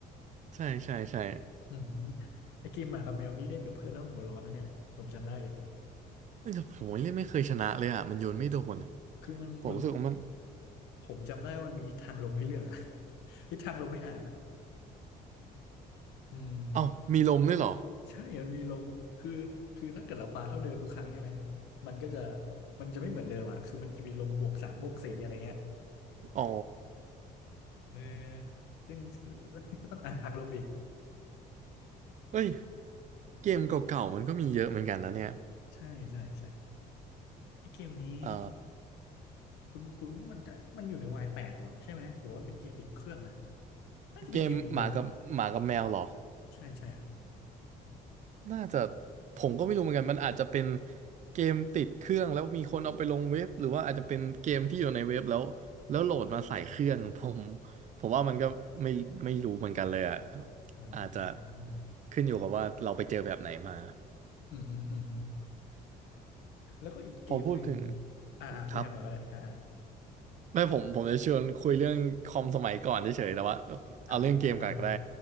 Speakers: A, on the right; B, on the left.
A: ใช่ใช่ใช่
B: อืมไอเกมหมากับแมวนี่เล่นกับเพื่อนแล้วหัวร้อนนะเนี่ยผมจำได้เลย
A: แต่ผมเล่นไม่เคยชนะเลยอะมันโยนไม่โดนอะ
B: คือมันมัน
A: ผมรู้สึกว่ามัน
B: ผมจำได้ว่ามันมีทิศทางลมให้เลือกอะ <laughs> ทิศทางลมไม่อ่านอะอืม
A: เอ้ามีลมด้วยเหรอ
B: ใช่มันมีลมคือคือถ้าเกิดเราปาเท่าเดิมทุกครั้งใช่ไหม มันก็จะมันจะไม่เหมือนเดิมอะคือมันจะมีลมบวกสามบวกสี่อะไรเงี้ย
A: อ๋อ
B: เออซึ่ง <laughs> ก็ต้องอ่านทางลมอีก
A: เอ้ยเกมเก่าๆมันก็มีเยอะเหมือนกันนะเนี่ย
B: ใช่ใช่ใช่ไอเกมนี้
A: เอ่อ
B: คุณคุณมันก็มันอยู่ในวายแปดเหรอใช่ไหมหรือว่าเป็นเกมติดเครื่องนะน่าจะเป็นเกมเว็บเนาะ
A: เกมหมากับหมากับแมวเหรอ
B: ใช่ใช่ครับ
A: น่าจะผมก็ไม่รู้เหมือนกันมันอาจจะเป็นเกมติดเครื่องแล้วมีคนเอาไปลงเว็บหรือว่าอาจจะเป็นเกมที่อยู่ในเว็บแล้วแล้วโหลดมาใส่เครื่อง ผมผมว่ามันก็ไม่ไม่รู้เหมือนกันเลยอะ
B: อ่
A: อาจจะ
B: า
A: ขึ้นอยู่กับว่าเราไปเจอแบบไหนมา
B: อือหืออือหือแล้วก็อีกเกมหนึ่ง
A: พอพูดถึง
B: อ่าอ่าคุณแฮมก่อนก็ได้อ่า
A: ครับไม่ผมผมจะชวนคุยเรื่องคอมสมัยก่อนเฉยๆแต่ว่าเอาเรื่องเกมก่อนก็ได้
B: อ่า